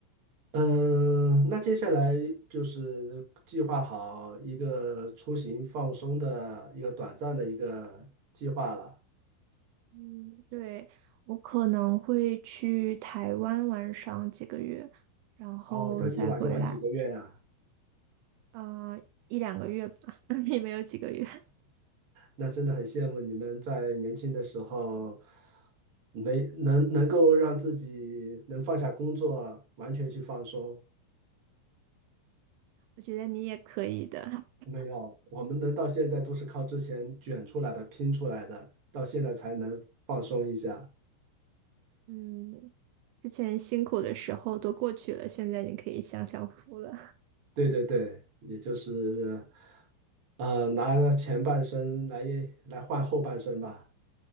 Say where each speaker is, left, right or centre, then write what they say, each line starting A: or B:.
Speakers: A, on the right (about 65°); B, on the right (about 80°).
A: 嗯，那接下来就是计划好一个出行放松的一个短暂的一个计划了，
B: 嗯，对，我可能会去台湾玩上几个月，然后再回来。
A: 哦，要一玩就玩几个月呀？
B: 呃，一两个月吧，<laughs> 也没有几个月。<laughs>
A: 那真的很羡慕你们在年轻的时候没能能够让自己能放下工作，完全去放松。
B: 我觉得你也可以的。
A: 没有，我们能到现在都是靠之前卷出来的、拼出来的，到现在才能放松一下。
B: 嗯，之前辛苦的时候都过去了，现在你可以享享福了。
A: 对对对，也就是呃，拿着前半生来来换后半生吧。